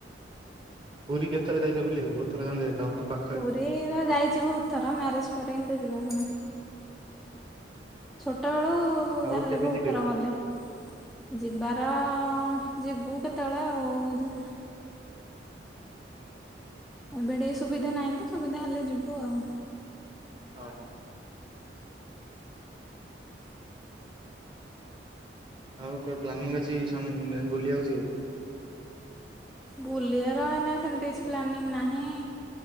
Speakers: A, on the right (about 30°); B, in the centre.
A: ପୁରୀ କେତଥର ଯାଇଚ ବୁଲି ବାକୁ? ବହୁତ ଥର ଖଣ୍ଡେ ଯାଇଥିବ ତମେ ପା
B: ପୁରୀ ତ ଯାଇଚି ବହୁତ ଥର। ମ୍ୟାରେଜ ପରେ ଏମିତି ଯିବାକୁ ନାହିଁ। ଛୋଟ ବେଳୁ
A: ଆଉ
B: ଯାହାହେଲେ
A: କେବେ
B: ବହୁତ
A: ଯିବେ?
B: ଥର ଗଲେ। ଯିବାର ଯିବୁ କେତେବେଳେ ଆଉ। ଏବେ ଟିକେ ସୁବିଧା ନାହିଁ ତ ସୁବିଧା ହେଲେ ଯିବୁ ଆଉ।
A: ଓ ହୋ। ଆଉ କଣ ପ୍ଲାନିଂ ଅଛି ସନ୍ ବୁଲିବାକୁ ଯିବେ?
B: ବୁଲିବାର ନା ସେମତି କିଛି ପ୍ଲାନିଂ ନାହିଁ।